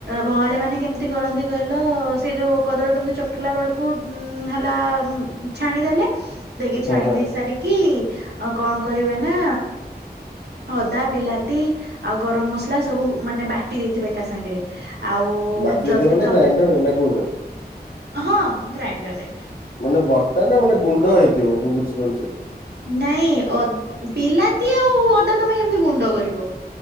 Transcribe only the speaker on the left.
ହଁ ହଁ
ବାଟିଦେଇଥିବ
ମାନେ
ଗ୍ରାଇଣ୍ଡର ନା କୋଉଥିରେ?
ମାନେ ବଟା ନା ମାନେ ଗୁଣ୍ଡ ହେଇଥିବ ମୁଁ ବୁଝିପାରୁନି ସେଇଟା।